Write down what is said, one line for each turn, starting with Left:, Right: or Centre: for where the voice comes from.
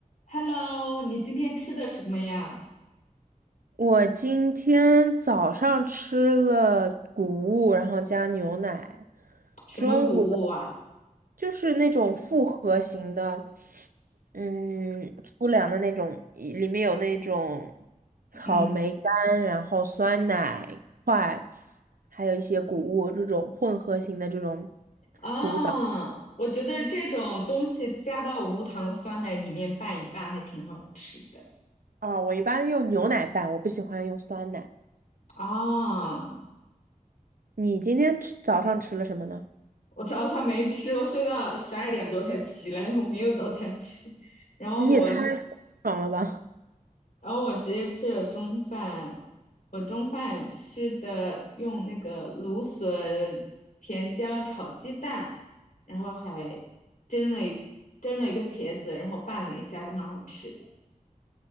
Left: Hello，你今天吃的什么呀？
Right: 我今天早上吃了谷物，然后加牛奶，
Left: 什么谷物啊？
Right: 中午的就是那种复合型的，嗯，粗粮的那种，一里面有那种草莓干，
Left: 嗯，
Right: 然后酸奶块，还有一些谷物这种混合型的这种
Left: 啊，
Right: 谷物早。
Left: 我觉得这种东西加到无糖酸奶里面拌一拌还挺好吃的。
Right: 啊，我一般用牛奶拌，我不喜欢用酸奶。
Left: 啊，
Right: 你今天吃早上吃了什么呢？
Left: 我早上没吃，我睡到十二点多才起来，我没有早餐吃。然后我
Right: 你也太爽了吧！
Left: 然后我直接吃了中饭，我中饭吃的用那个芦笋、甜椒炒鸡蛋，然后还蒸了一蒸了一个茄子，然后拌了一下，还蛮好吃的。